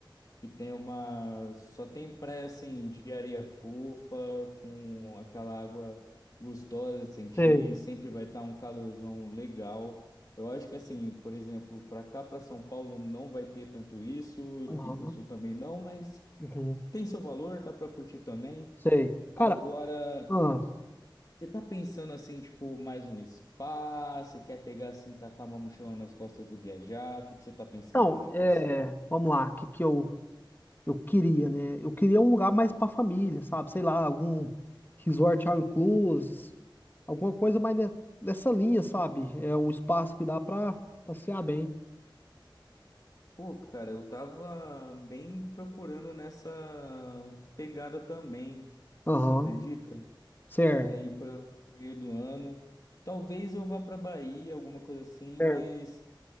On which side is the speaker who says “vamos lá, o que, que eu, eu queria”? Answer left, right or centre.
Left